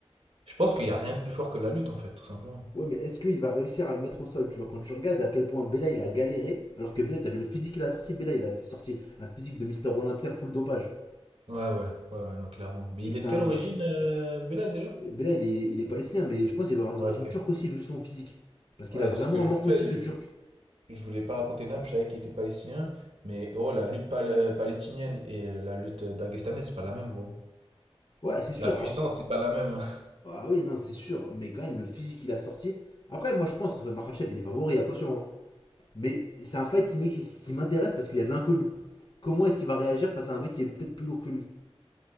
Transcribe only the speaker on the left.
Ouais, mais est-ce qu'il va réussir à le mettre au sol Tu vois, quand tu regardes à quel point Bella il a galéré, alors que Bella, t'as vu le physique qu'il a sorti Bella, il a fait- sorti un physique de Mister Olympia full dopage.
Enfin,
Bella, il est, il est palestinien, mais je pense qu'il doit avoir des
origines
turques aussi, vu son physique. Parce qu'il
a vraiment
un morphotype
de
turc.
Ouais, c'est sûr.
Ah, pour-
ah oui, non, c'est sûr, mais quand même, le physique qu'il a sorti. Après, moi, je pense que Makhachev, il est favori, attention. hein. Mais c'est un fight qui m'é- qui- qui m'intéresse parce qu'il y a de l'inconnu. Comment est-ce qu'il va réagir face à un mec qui est peut-être plus lourd que lui